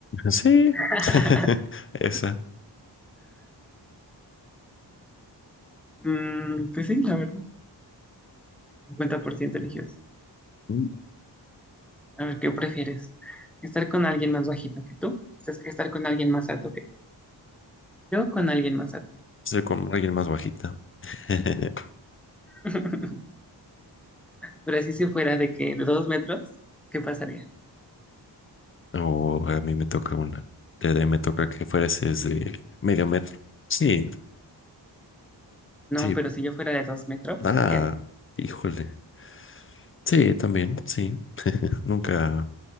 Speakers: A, on the left; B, in the centre.
A: Sí,
B: <laughs>
A: <laughs> esa.
B: Mm, pues sí, la verdad. cincuenta por ciento eligió eso.
A: Mm.
B: A ver, ¿qué prefieres? ¿Estar con alguien más bajito que tú? ¿Estar estar con alguien más alto que tú? Yo con alguien más alto.
A: Estoy con alguien más bajita. <laughs>
B: <laughs> Pero así si fuera de que de dos metros, ¿qué pasaría?
A: O a mí me toca una. de- de- me toca que fueses de medio metro. Sí,
B: No,
A: sí.
B: pero si yo fuera de dos metros,
A: Ah,
B: ¿qué haré?
A: híjole. Sí, también, sí. Nunca